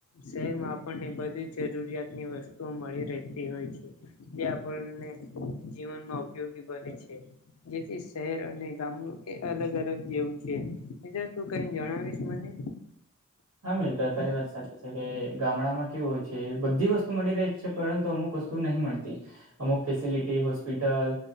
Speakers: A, on the left; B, on the right.
A: શહેરમાં આપણને બધી જરૂરિયાત ની વસ્તુઓ મળી રહેતી હોય છે. જે આપણને જીવનમાં ઉપયોગી બને છે. જેથી શહેર અને ગામનું કે અલગ અલગ જેવું છે. બીજા તું કઈ જણાવીશ મને?
B: હા મિત્ર, તારી વાત સાચી છે કે ગામડામાં કેવું હોય છે, બધી વસ્તુ મળી રહી છે પરંતુ અમુક વસ્તુ નહી મળતી. અમુક ફેસિલિટી હોસ્પિટલ